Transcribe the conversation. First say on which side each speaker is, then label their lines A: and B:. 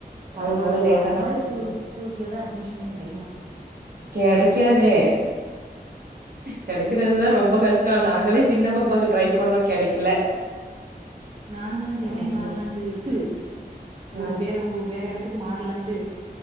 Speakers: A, on the right (about 35°); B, on the right (about 65°).
A: பரவால்லப்பா
B: அதனால லேட்டா
A: அந்த
B: தா
A: மாரி
B: ஓபன்
A: ஸ்கூல்ஸ் ஸ்கூல்ஸல தா அட்மிஷன் எலா கெடைக்க மாட்டேங்குது
B: கெடைக்காதே கெடைக்கிறது தா ரொம்ப ரொம்ப கஷ்டோ நாங்களே சின்ன பாப்பாவுக்கு ட்ரை பண்ணோ கெடைக்கல
A: நானுந்தா சென்னை
B: ஆமா
A: மாறலாம்ட்டு இது ஒரு
B: ஆ
A: வேற வேற எடத்து த்துக்கு மாரலான்ட்டு